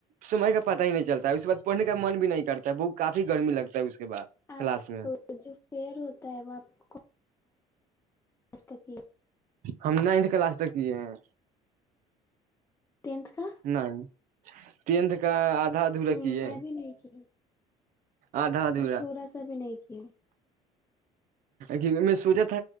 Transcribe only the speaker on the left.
آپ
جو فیئر ہوتا ہے وہ آپ کو آست کا کیا
ٹینتھ کا
ہ
میں بھی نہیں کیا
تو تھوڑا سا بھی نہیں کیا